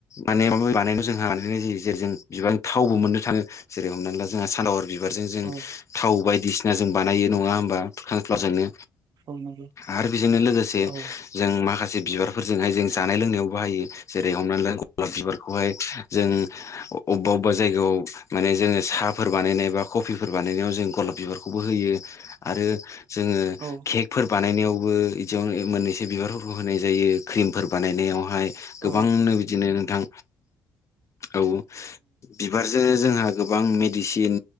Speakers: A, on the left (about 40°); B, on the right (about 60°).
A: माने माबा बानायनाय जोंहा माने जेरै जेरै जों बिबारजों थावबो मोननो थाङो जेरै हमनानै ला जोंहा सान आरो <unintelligible> बिबारजों जों
B: औ
A: थाव बायदिसिना जों बानायो नङा होमबा सान फलवारजोंनो
B: औ नंगौ
A: आरो बेजोंनो लोगोसे
B: औ
A: जों माखासे बिबारफोरजोंहाय जों जानाय लोंनायाव बाहायो जेरै हमनानै ला गलाब बिबारखौहाय जों अबेबा अबेबा जायगायाव माने जोङो साहाफोर बानायनाय बा कफिफोर बानायनायाव जों गलाब बिबारखौबो होयो आरो जोङो
B: औ
A: केक फोर बानायनायावबो बिदियावनो मोननैसो बिबारफोरखौ होनाय जायो क्रिमफोर बानायनायावहाय गोबांनो
B: औ
A: बिदिनो नोंथां औ बिबारजोंनो जोंहा गोबां मेडिसिन